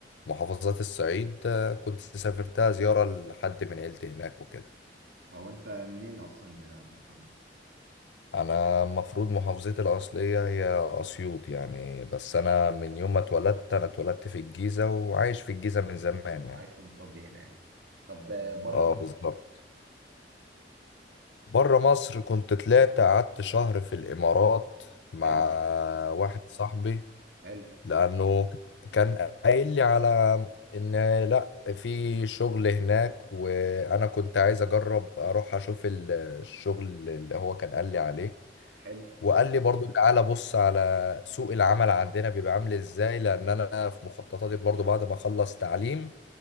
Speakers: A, on the left; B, on the right.
A: محافظات الصعيد آه، كنت سافرتها زياره لحد من عيلتي هناك وكده
B: هو انت منين أصلا يا محمد؟
A: انا المفروض محافظتي الاصليه هي اسيوط يعني بس انا من يوم ما اتولدت انا اتولدت في الجيزه وعايش في الجيزه من زمان
B: أنا
A: يعني
B: عايش ومتربي هنا يعني طب آه، بره
A: اه
B: مصر
A: بالظبط بره مصر كنت طلعت قعدت شهر في الامارات مع
B: حلو
A: واحد صاحبي
B: حلو
A: لانه كان قايل لي على ان لا في شغل هناك وانا كنت عايز اجرب اروح اشوف الشغل اللي هو كان قال لي عليه
B: حلو
A: وقال لي برضو تعالى بص على سوق العمل عندنا بيبقى عامل ازاي لان انا في مخططاتي برضو بعد ما اخلص تعليم